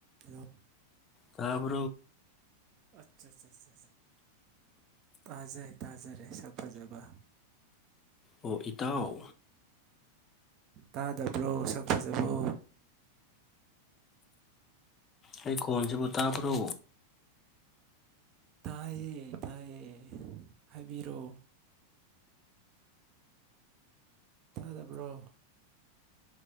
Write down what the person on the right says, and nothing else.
ꯑꯗꯣ
ꯑꯠꯆꯥ ꯑꯆꯥ ꯇꯥꯖꯩ ꯇꯥꯖꯔꯦꯁ ꯐꯖꯕ
ꯇꯥꯗꯕ꯭ꯔꯣ ꯁꯛ ꯐꯖꯕꯣ
ꯇꯥꯏꯌꯦ ꯇꯥꯏꯌꯦ ꯍꯥꯏꯕꯤꯔꯣ ꯇꯥꯗꯕ꯭ꯔꯣ